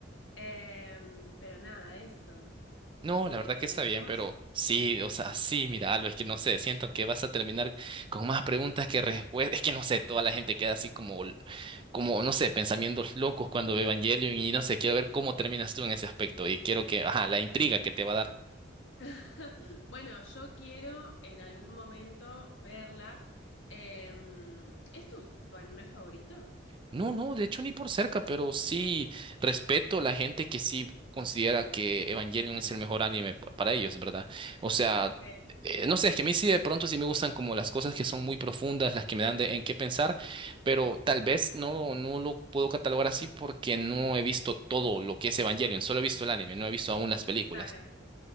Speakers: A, on the left (about 85°); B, on the right (about 25°).
A: Eh, pero nada, eso.
B: No,
A: Eh,
B: la verdad que está bien,
A: vos.
B: pero sí, o sea, sí, mira, algo es que no sé, siento que vas a terminar con más preguntas que respuestas. Es que no sé, toda la gente queda así como, como, no sé, pensamientos locos cuando ve Evangelion y no sé, quiero ver cómo terminas tú en ese aspecto y quiero que, ajá, la intriga que te va a dar.
A: <laughs> Bueno, yo quiero en algún momento verla. Em, ¿es tu, tu anime favorito?
B: No, no, de hecho ni por cerca, pero sí respeto a la gente que sí considera que Evangelion es el mejor anime pa- para ellos, ¿verdad? O sea,
A: Ok,
B: eh, no sé, es que a mí sí de pronto sí me gustan como las cosas que son muy profundas, las que me dan de- en qué pensar, pero tal vez no, no lo puedo catalogar así porque no he visto todo lo que es Evangelion, solo he visto el anime, no he visto aún las películas.
A: claro.